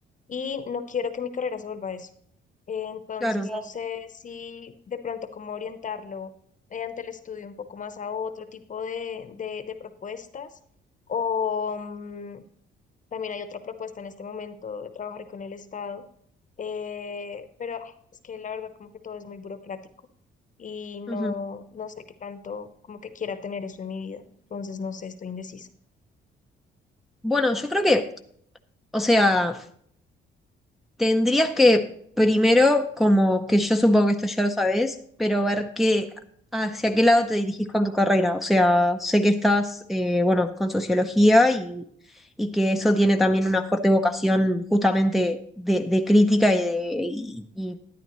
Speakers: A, on the left; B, in the centre.
A: y no quiero que mi carrera se vuelva a eso. Eh, entonces,
B: claro.
A: no sé si de pronto cómo orientarlo mediante el estudio un poco más a otro tipo de, de de propuestas o... mm, también hay otra propuesta en este momento de trabajar con el Estado, eh, pero ah, es que la verdad como que todo es muy burocrático y no,
B: ujú.
A: no sé qué tanto como que quiera tener eso en mi vida, entonces no sé, estoy indecisa.
B: Bueno, yo creo que, o sea, tendrías que primero, como que yo supongo que esto ya lo sabes, pero ver qué, hacia qué lado te dirigís con tu carrera. O sea, sé que estás, eh, bueno, con sociología y, y que eso tiene también una fuerte vocación justamente de, de crítica y de, y y